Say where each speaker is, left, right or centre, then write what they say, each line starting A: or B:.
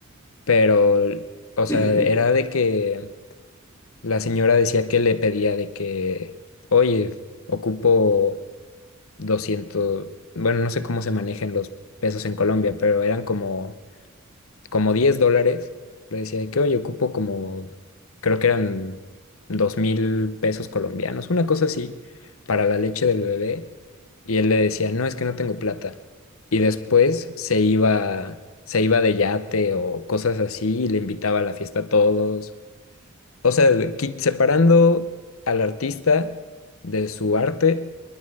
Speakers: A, on the left; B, on the left.
A: pero, o sea,
B: Que yo- que-
A: era de que la señora decía que le pedía de que, oye, ocupo 200 bueno, no sé cómo se manejan los pesos en Colombia, pero eran como como 10 dólares. Le decía de que, oye, ocupo como, creo que eran dos mil pesos colombianos, una cosa así, para la leche del bebé. Y él le decía, no, es que no tengo plata. Y después se iba, se iba de yate o cosas así y le invitaba a la fiesta a todos. O sea, de- qui- separando al artista de su arte,